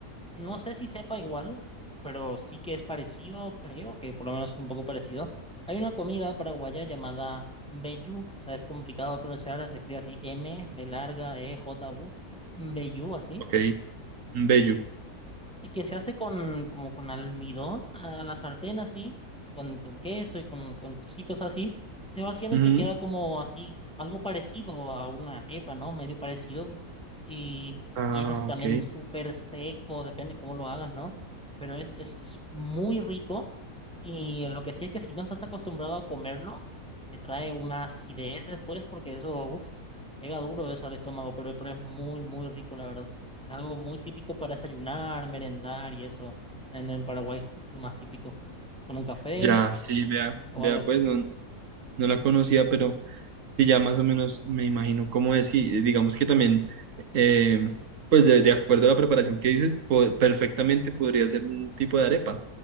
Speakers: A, in the centre; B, on the right (about 60°).
A: no sé si sepa igual, pero sí que es parecido, creo que por lo menos es un poco parecido. Hay una comida paraguaya llamada mbejú, o sea, es complicado de pronunciar, se escribe así M, B larga, E, J, U, mbejú, así.
B: Ok, un bello.
A: Y que se hace con, como con almidón a, a la sartén así, con, con queso y con, con trocitos así, se va haciendo
B: Ujú.
A: y te queda como así, algo parecido a una arepa, ¿no? Medio parecido. Y,
B: Ah,
A: y es así también
B: ok.
A: súper seco, depende cómo lo hagas, ¿no? Pero es, es, es muy rico y lo que sí es que si no estás acostumbrado a comerlo, te trae una acidez después porque eso, uff, pega duro eso al estómago, pero, pero es muy, muy rico, la verdad. Es algo muy típico para desayunar, merendar y eso en, en Paraguay, lo más típico, con un café
B: Ya, sí, vea,
A: o
B: vea,
A: algo así.
B: pues no, no la conocía, pero sí, ya más o menos me imagino cómo es. Y digamos que también, eh, pues de, de acuerdo a la preparación que dices, po- perfectamente podría ser un tipo de arepa,